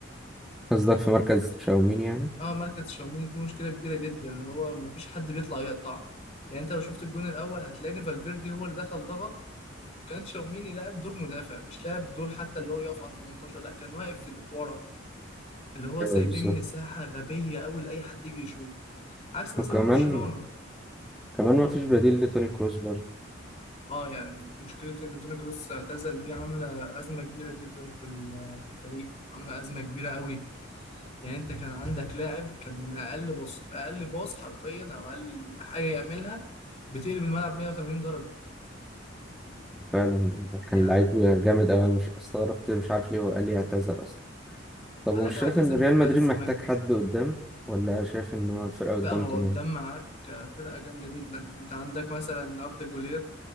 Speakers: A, in the centre; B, on the left.
A: قصدك في مركز تشاوميني يعني
B: اه مركز تشاوميني فيه مشكلة كبيرة جدا اللي هو ما فيش حد بيطلع يقطع يعني انت لو شفت الجون الاول هتلاقي فالفيردي هو اللي دخل ضغط وكان تشاوميني لاعب دور مدافع مش لاعب دور حتى اللي هو يقف على ال 18 لا كان واقف في- ورا اللي هو
A: ايوه
B: سايبين
A: بالظبط
B: مساحة غبية قوي لأي حد يجي يشوط عكس مثلا
A: وكمان
B: برشلونة
A: كمان ما فيش بديل لتوني كروس برضه
B: اه يعني مشكلة ان توني كروس اعتزل دي عاملة أزمة كبيرة جدا في ال- في الفريق عاملة أزمة كبيرة قوي يعني انت كان عندك لاعب كان من أقل باص أقل باص حرفيا أو أقل حاجة يعملها بتقلب الملعب 180 درجة
A: فعلا كان
B: يعني
A: لعيب جامد أوي أنا مش استغربت مش عارف ليه هو قال لي اعتزل أصلا طب
B: قالك
A: ومش شايف
B: اعتزل
A: إن ريال
B: في
A: مدريد
B: عز
A: محتاج
B: مجدي
A: حد قدام ولا شايف إن هو الفرقة قدام
B: لا هو
A: تمام؟
B: قدام معاك فرقة جامدة جدا انت عندك مثلا أرض جولير